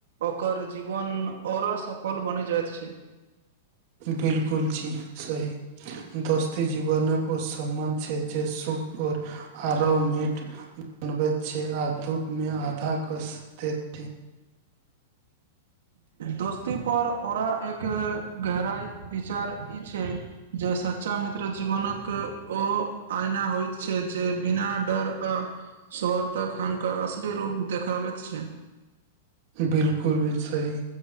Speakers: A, on the right (about 80°); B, on the right (about 45°).
A: ओकर जीवन और सफल बनि जाइत छै
B: बिल्कुल जी सही दोस्ती जीवनक ओ समबन्ध छै जे सुख और आराम मित बनबैत छै आ दुख मे आधा कस दैत छै
A: दोस्ती पर औरा एक गहराइ विचार ई छै जे सच्चा मित्र जीवनक ओ आइना होइत छै जे बिना डर अ स्वर तखन क असली रूप देखाबैत छै
B: बिल्कुल भी सही